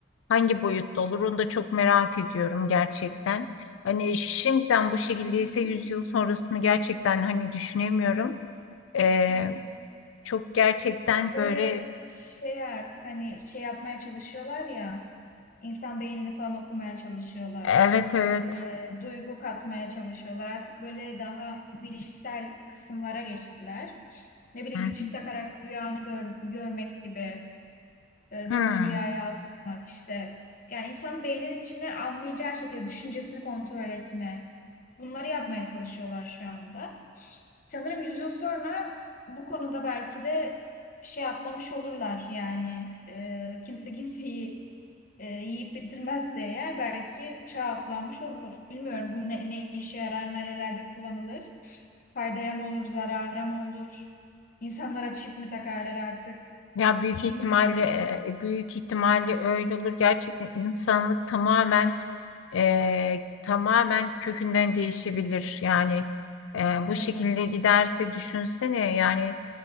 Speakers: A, on the left; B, on the left.
A: hangi boyutta olur onu da çok merak ediyorum gerçekten. Hani şimdiden bu şekildeyse
B: Hı hı.
A: 100 yıl sonrasını gerçekten hani düşünemiyorum. Ee,
B: Evet.
A: çok gerçekten
B: Ya böyle
A: böyle
B: şey artık hani şey yapmaya çalışıyorlar ya insan beynini falan okumaya çalışıyorlar.
A: evet evet.
B: Ee, duygu katmaya çalışıyorlar. Artık böyle daha bilişsel kısımlara geçtiler. Ne bileyim
A: Hı
B: bir çip
A: hı.
B: takarak rüyanı gör- görmek gibi. e, gördüğün
A: Hı.
B: rüyayı algılamak işte. Yani insanın beyninin içine anlayacağı şekilde düşüncesini kontrol etme. Bunları yapmaya çalışıyorlar şu anda. Sanırım yüz yıl sonra bu konuda belki de şey atlamış olurlar yani. E, kimse kimseyi e, yiyip bitirmezse eğer belki çağ atlanmış olur. Bilmiyorum bu ne, ne işe yarar, nerelerde kullanılır. Faydaya mı olur, zarara mı olur? İnsanlara çip mi takarlar artık?
A: Ya büyük ihtimalle
B: Bilmiyorum.
A: e, e, büyük ihtimalle öyle olur. Gerçekten insanlık tamamen e, tamamen kökünden değişebilir. Yani e, bu
B: Evet.
A: şekilde giderse düşünsene yani